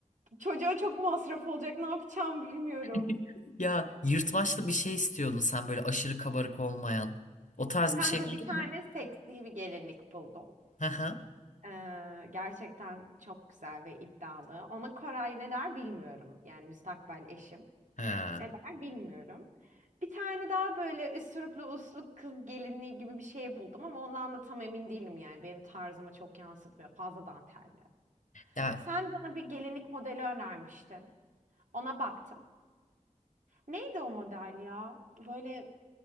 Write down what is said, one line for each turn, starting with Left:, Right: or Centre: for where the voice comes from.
Right: çocuğa çok masraf olacak ne yapacağım bilmiyorum.
Left: <laughs> Ya yırtmaçlı bir şey istiyordun sen böyle aşırı kabarık olmayan. O tarz
Right: Kanka
Left: bir şey buldun
Right: bir tane
Left: mu?
Right: seksi bir gelinlik buldum.
Left: Hı hı.
Right: Ee, gerçekten çok güzel ve iddialı. Ona Koray ne der bilmiyorum. Yani müstakbel eşim.
Left: Ha.
Right: Ne der bilmiyorum. Bir tane daha böyle üsturuplu uslu kız gelinliği gibi bir şey buldum ama ondan da tam emin değilim yani. Benim tarzımı çok yansıtmıyor. Fazla dantelli.
Left: Ya
Right: Sen bana bir gelinlik modeli önermiştin. Ona baktım. Neydi o model ya? Böyle